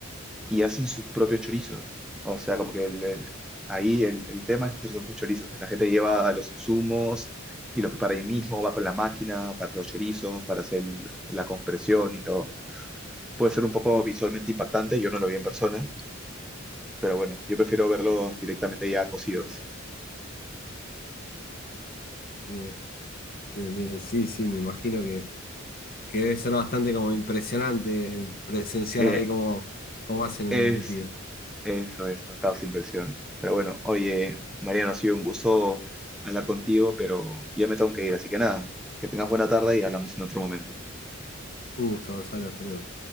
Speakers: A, in the centre; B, on the left.
A: y hacen sus propios chorizos. O sea, como que el- el- ahí el, el tema es hacer sus propios chorizos. Entonces, la gente lleva a los insumos y los prepara ahí mismo, va con la máquina para hacer los chorizos, para hacer el- la compresión y todo. Puede ser un poco visualmente impactante, yo no lo vi en persona, pero bueno, yo prefiero verlos directamente ya cocidos.
B: Bien, bien, bien, sí, sí, me imagino que, que debe ser bastante como impresionante presenciar
A: Eh,
B: ahí cómo, cómo hacen el
A: es,
B: embutido.
A: Eso es, no causa inversión. Pero bueno, oye, Mariano, ha sido un gusto hablar contigo, pero ya me tengo que ir, así que nada, que tengas buena tarde y hablamos en otro momento.
B: Un gusto, Gonzalo, hasta luego.